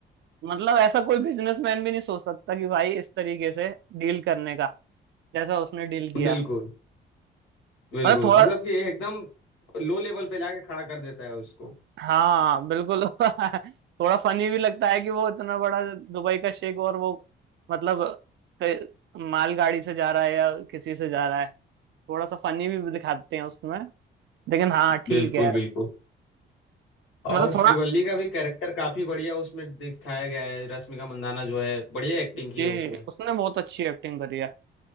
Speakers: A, on the right (about 65°); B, on the left (about 90°).
A: मतलब ऐसा कोई बिजनेसमैन भी नहीं सोच सकता कि भाई इस तरीके से डील करने का जैसा उसने डील किया
B: बिल्कुल बिल्कुल
A: मतलब थोड़ा
B: मतलब कि एकदम लो लेवल पे लाके खड़ा कर देता है उसको
A: हाँ बिल्कुल <laughs> थोड़ा फनी भी लगता है कि वो इतना बड़ा दुबई का शेख और वो मतलब क- माल गाड़ी से जा रहा है या किसी से जा रहा है थोड़ा सा फनी भी दिखाते हैं उसमें लेकिन हाँ ठीक
B: बिल्कुल
A: है
B: बिल्कुल
A: मतलब
B: और
A: थोड़ा
B: श्रीवल्ली का भी कैरेक्टर काफी बढ़िया उसमें दिखाया गया है रश्मिका मंदाना जो है बढ़िया एक्टिंग
A: जी
B: की है उसमें
A: उसने बहुत अच्छी एक्टिंग करी है